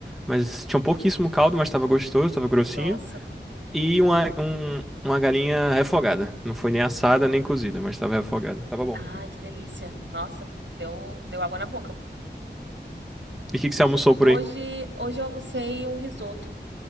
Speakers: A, in the centre; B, on the right.
A: mas tinha um pouquíssimo caldo, mas tava gostoso, tava grossinho.
B: nossa,
A: E
B: gostoso.
A: uma, um- uma galinha refogada. Não foi nem assada nem cozida, mas tava refogada. Tava bom.
B: Ai, que delícia. Nossa, deu, deu água na boca.
A: E o que que você almoçou por
B: Hoje,
A: aí?
B: hoje eu almocei um risoto.